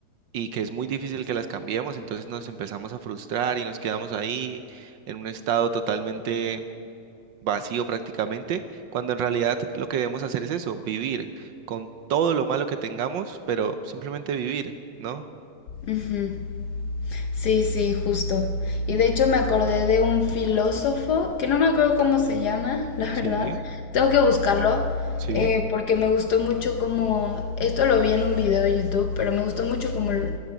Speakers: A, on the right; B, on the left.
A: y que es muy difícil que las cambiemos, entonces nos empezamos a frustrar y nos quedamos ahí en un estado totalmente vacío prácticamente, cuando en realidad lo que debemos hacer es eso, vivir con todo lo malo que tengamos, pero simplemente vivir, ¿no?
B: Ujú. Sí, sí, justo. Y de hecho me acordé de un filósofo, que no me acuerdo cómo se llama, <laughs> la
A: Sí,
B: verdad. Tengo que buscarlo,
A: sí.
B: eh, porque me gustó mucho como, esto lo vi en un video de YouTube, pero me gustó mucho como l-